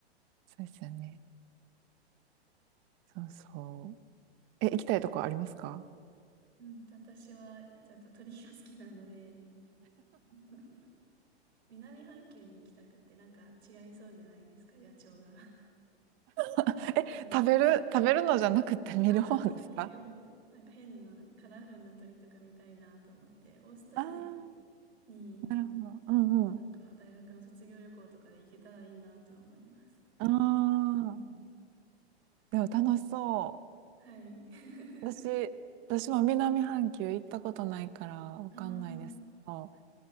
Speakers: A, on the right (about 35°); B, on the right (about 75°).
A: そうですよね。そうそう。え、行きたいとこありますか
B: うん、私は、ちょっと鳥が好きなので、<laughs> 南半球に行きたくって、なんか違いそうじゃないですか、野鳥が。
A: <laughs> え、
B: <laughs> うん。
A: 食べる、食べるのじゃなくて見る方ですか
B: ああ、鳥を、なんか変な、カラフルな鳥とか見たいなと思って、オーストラリア
A: あ <laughs> あ
B: に、
A: ー、なるほど。うんうん。
B: なんか大学の卒業旅行とかで行けたらいいなとは思います。
A: ああ、
B: うん。
A: でも楽しそ
B: はい。<laughs>
A: う。私、私も南半球行ったことないからわかんないですけど。
B: ああ、